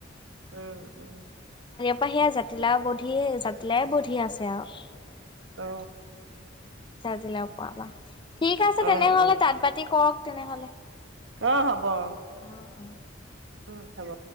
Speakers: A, on the right; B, on the left.
A: উম!
B: তাৰপা সেইয়া জাতিলাও বধি, জাতিলাওয়ে বধি আছে আৰু।
A: অ
B: জাতিলাউ পৰা পা। ঠিক আছে
A: অ
B: তেনেহলে,
A: অ
B: তাঁত বাতি কৰক তেনেহ'লে।
A: অ' হ'ব। ব অ'!
B: অ' অ'।
A: উম, হ'ব।